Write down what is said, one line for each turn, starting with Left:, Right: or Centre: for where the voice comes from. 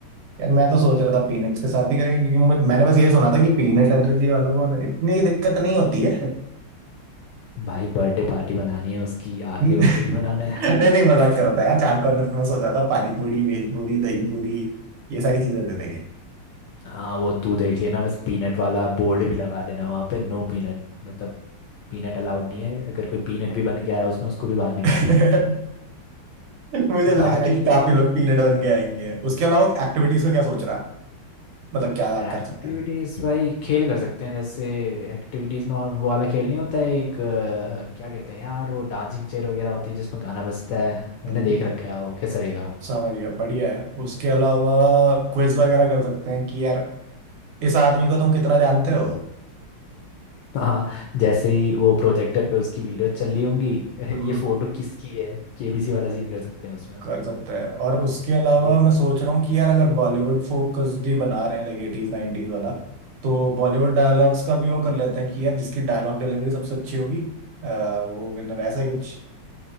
Right: यार मैं तो सोच रहा था पीनट्स के साथ ही करेंगे क्योंकि मुझे- मैंने बस ये सुना था कि पीनट एलर्जी वालों को इतनी दिक्कत नहीं होती है
Left: भाई बर्थडे पार्टी बनानी है उसकी
Right: <laughs>
Left: आखिरी
Right: नहीं
Left: वक्त नहीं बनाना है
Right: नहीं मजाक कर रहा था यार चाट कॉर्नर पे मैं सोच रहा था पानी पूरी भेल पूरी दही पूरी ये सारी चीजें दे देंगे
Left: हाँ वो तू देख लेना बस पीनट वाला बोर्ड भी लगा देना वहाँ पे नो पीनट मतलब पीनट अलाउड नहीं है अगर कोई पीनट भी बन गया है उसमें उसको भी बाहर निकाल
Right: <laughs>
Left: देना
Right: मुझे लग
Left: बाकी
Right: रहा है कि काफी
Left: अब
Right: लोग पीनट बन के आएंगे उसके अलावा एक्टिविटीज का क्या सोच रहा है मतलब क्या कर
Left: एक्टिविटीज
Right: सकते हैं
Left: भाई खेल कर सकते हैं जैसे एक्टिविटीज में और वो वाला खेल नहीं होता है एक अ, क्या कहते हैं यार वो डांसिंग चेयर वगैरह होती है जिसमें गाना बजता है मैंने
Right: हम्म
Left: देख रखा है वो कैसा रहेगा
Right: समझ गया बढ़िया है उसके अलावा क्विज वगैरह कर सकते हैं कि यार इस आदमी को तुम कितना जानते हो
Left: <laughs> हाँ जैसे ही वो प्रोजेक्टर पे उसकी वीडियो चल रही होंगी <laughs>
Right: हम्म,
Left: ये फोटो किसकी है केबीसी वाला सीन कर सकते हैं उसमें हम।
Right: कर सकता है और उसके अलावा
Left: ये
Right: मैं सोच रहा हूँ कि यार अगर बॉलीवुड फोकस भी बना रहे हैं लाइक एटीज नाइनटीज वाला तो बॉलीवुड डायलॉग्स का भी वो कर लेते हैं कि यार जिसकी डायलॉग डिलीवरी सबसे अच्छी होगी अ, वो विनर ऐसा ही कुछ